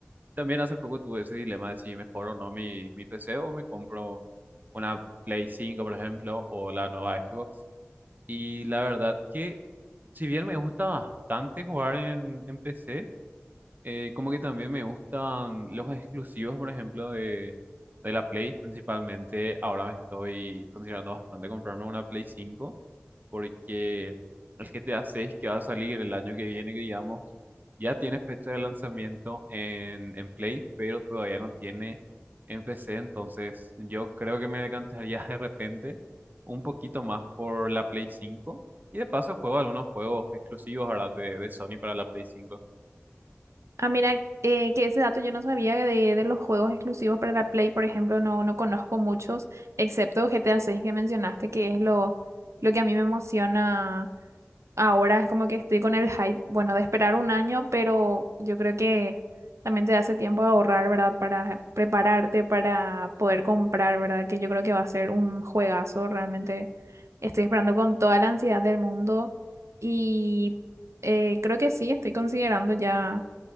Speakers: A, on the right; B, on the right.
A: También hace poco tuve ese dilema de si mejor o no mi, mi PC o me compro una Play cinco por ejemplo, o la nueva Xbox. Y la verdad que si bien me gusta bastante jugar en, en PC, Eh, como que también me gustan los exclusivos, por ejemplo, de, de la Play. Principalmente ahora me estoy considerando bastante comprarme una Play cinco porque el GTA 6 que va a salir el año que viene, que digamos, ya tiene fecha de lanzamiento en, en Play, pero todavía no tiene en PC. Entonces yo creo que me decantaría <laughs> de repente un poquito más por la Play cinco Y de paso juego algunos juegos exclusivos ahora de, de Sony para la Play cinco
B: Ah, mira, eh, que ese dato yo no sabía de, de los juegos exclusivos para la Play, por ejemplo, no, no conozco muchos, excepto GTA 6 que mencionaste, que es lo, lo que a mí me emociona Ahora es como que estoy con el hype, bueno, de esperar un año, pero yo creo que también te hace tiempo a ahorrar, ¿verdad? Para prepararte, para poder comprar, ¿verdad? Que yo creo que va a ser un juegazo, realmente estoy esperando con toda la ansiedad del mundo y eh, creo que sí, estoy considerando ya